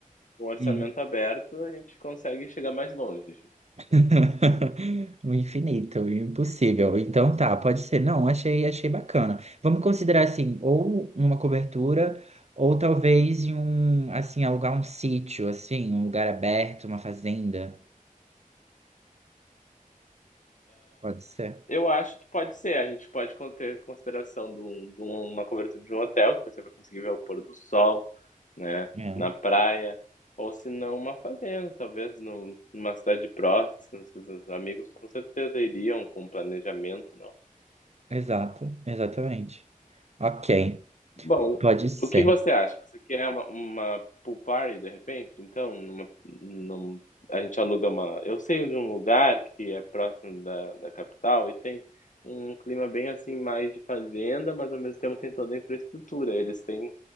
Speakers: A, on the left; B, on the right.
A: com o orçamento
B: Sim.
A: aberto, a gente consegue chegar mais longe.
B: <laughs> O infinito, o impossível. Então tá, pode ser. Não, achei, achei bacana. Vamos considerar assim, ou uma cobertura, ou talvez em um, assim, alugar um sítio, assim, um lugar aberto, uma fazenda. Pode ser.
A: Eu acho que pode ser, a gente pode con ter consideração de um de um- uma cobertura de um hotel, que você vai conseguir ver o pôr do sol, né,
B: É,
A: na praia, ou se não uma fazenda, talvez num numa cidade próxima, seus amigos com certeza iriam com planejamento, né.
B: exato, exatamente. Ok,
A: Bom,
B: pode ser.
A: o que você acha? Você quer uma, uma pool party de repente? Então, numa, num- a gente aluga uma. Eu sei de um lugar que é próximo da, da capital e tem um clima bem assim, mais de fazenda, mas ao mesmo tempo tem toda a infraestrutura. Eles têm